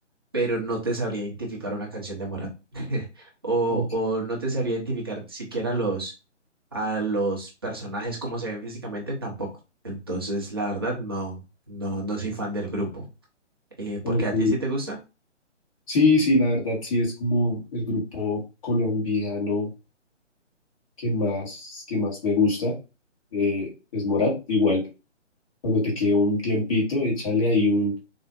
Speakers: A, on the right; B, on the left.
A: pero no te sabría identificar una canción de Morat <laughs> o,
B: Ok,
A: o no te sabría identificar siquiera los... a los personajes como se ven físicamente tampoco. Entonces, la verdad, no, no, no soy fan del grupo. Eh, ¿por
B: ok.
A: qué a ti sí te gusta?
B: Sí, sí, la verdad sí es como el grupo colombiano que más, que más me gusta, eh, es Morat. Igual, cuando te quede un tiempito, échale ahí un,